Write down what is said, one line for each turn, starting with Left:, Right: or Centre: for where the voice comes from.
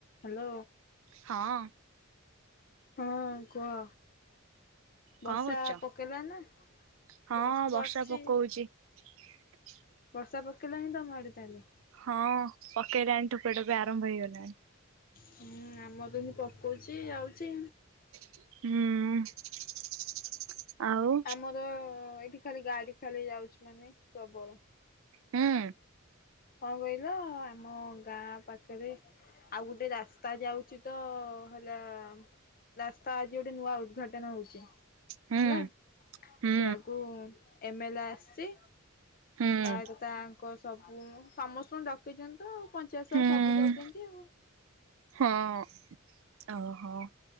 Left: Hello.
Right: ହଁ
Left: ହଁ କୁହ।
Right: କଣ
Left: ବର୍ଷା
Right: କରୁଛ?
Left: ପକେଇଲା ନା
Right: ହଁ
Left: ବସ
Right: ବର୍ଷା
Left: ବସିଛି।
Right: ପକଉଛି <inaudible>
Left: ବର୍ଷା ପକେଇଲାଣି ତମ ଆଡେ ତାହେଲେ?
Right: ହଁ ପକେଇଲାଣି ଠୋପେ ଠୋପେ ଆରମ୍ଭ ହେଇଗଲାଣି।
Left: ହୁଁ ଆମ ଏମିତି ପକଉଛି ଯାଉଛି।
Right: ହୁଁ। ଆଉ
Left: ଆମର ଏଇଠି ଖାଲି ଗାଡି ଖାଲି ଯାଉଛି ମାନେ ପ୍ରବଳ।
Right: ହୁଁ।
Left: କଣ କହିଲ ଆମ ଗାଁ ପାଖରେ। ଆଉ ଗୋଟେ ରାସ୍ତା ଯାଉଛି ତ ହେଲା। ରାସ୍ତା ଆଜି ଗୋଟେ ନୂଆ ଉଦଘାଟନ ହଉଛି। ହେଲା
Right: ହୁଁ ହୁଁ
Left: ସେୟାକୁ ଏମ ଏଲ ଏ ଆସିଛି।
Right: ହୁଁ
Left: ତା ସହିତ ତାଙ୍କ ସବୁ ସମସ୍ତଙ୍କୁ ଡକେଇଛ ତ ଆଉ ପଞ୍ଚାୟତ ସହ
Right: ହୁଁ
Left: ସବୁ ଯାଉଛନ୍ତି ଆଉ।
Right: ହଁ ଓହୋ।